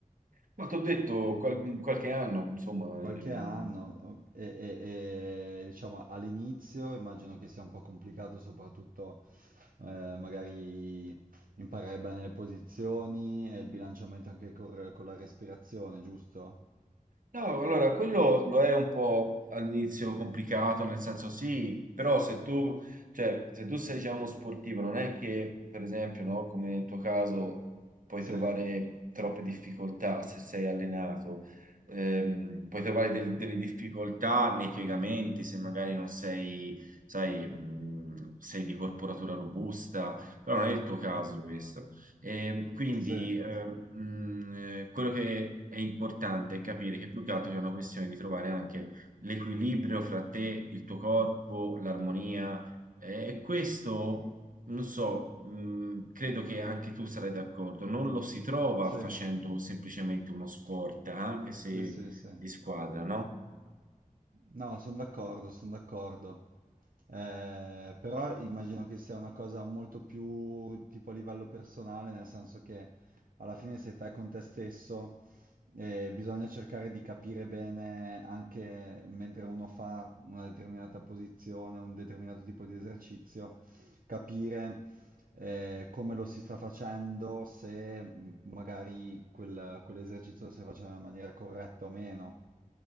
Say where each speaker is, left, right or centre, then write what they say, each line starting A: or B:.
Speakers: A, on the right; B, on the right.
A: Ma ti ho detto qual- qualche anno, insomma,
B: Qualche
A: ehm,
B: anno o- e, e- e, diciamo all'inizio immagino che sia un po' complicato soprattutto eh, magari imparare bene le posizioni e il bilanciamento anche col- con la respirazione, giusto?
A: No, allora quello lo è un po' all'inizio complicato, nel senso sì, però se tu, cioè, se tu sei già uno sportivo, non è che, per esempio, no, come nel tuo caso, puoi
B: Sì,
A: trovare troppe difficoltà se sei allenato, Ehm, puoi trovare del- delle difficoltà nei piegamenti se magari non sei, sai, mh, sei di corporatura robusta, però non è il tuo caso questo. E quindi
B: sì,
A: eh, mh, eh, quello che è importante è capire che più che altro è una questione di trovare anche l'equilibrio fra te, il tuo corpo, l'armonia. Eh, E questo, non so, mh, credo che anche tu sarai d'accordo, non lo si trova
B: sì,
A: facendo semplicemente uno sport, anche se
B: sì, sì, sì.
A: di squadra,
B: No, sono d'accordo, sono d'accordo. Eh, però immagino che sia una cosa molto più tipo a livello personale, nel senso che alla fine sei te con te stesso e bisogna cercare di capire bene anche mentre uno fa una determinata posizione, un determinato tipo di esercizio, capire eh, come lo si sta facendo, se mh, magari quel- quell'esercizio lo stai facendo in maniera corretta o meno,